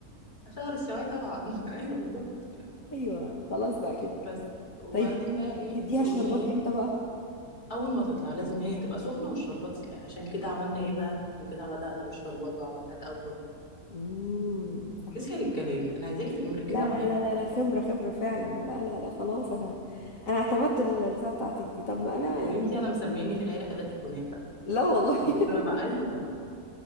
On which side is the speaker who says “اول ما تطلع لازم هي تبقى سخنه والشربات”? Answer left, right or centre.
Left